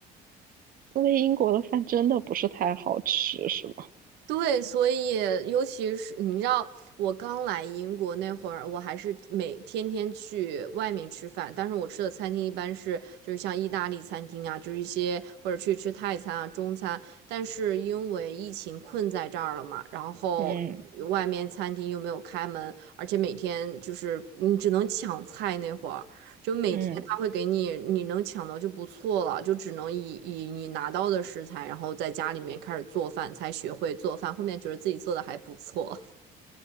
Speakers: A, on the right; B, on the right.
A: 所以英国的饭真的不是太好吃，是吗？
B: 对，所以尤其是你知道，我刚来英国那会儿，我还是每天天去外面吃饭，但是我吃的餐厅一般是就是像意大利餐厅啊，就是一些或者去吃泰餐啊、中餐。但是因为疫情困在这儿了嘛，然后
A: 嗯
B: 外面餐厅又没有开门，而且每天就是你只能抢菜那会儿。就每天他会给你，
A: 嗯。
B: 你能抢到就不错了，就只能以以你拿到的食材，然后在家里面开始做饭，才学会做饭。后面觉得自己做的还不错，